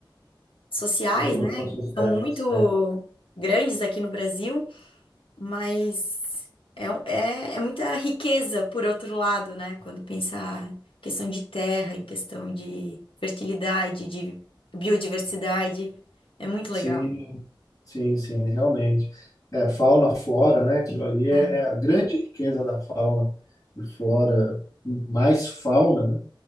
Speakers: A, on the left; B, on the left.
A: sociais,
B: os <laughs> problemas
A: né?
B: sociais.
A: São muito
B: é.
A: grandes aqui no Brasil, mas é, um, é, é muita riqueza, por outro lado, né? Quando pensar em questão de terra, em questão de fertilidade, de biodiversidade, é muito
B: Sim,
A: legal.
B: sim, sim, realmente. É, fauna, flora, né? Aquilo ali
A: Ah,
B: é, é a grande riqueza da fauna e flora, mais fauna, né?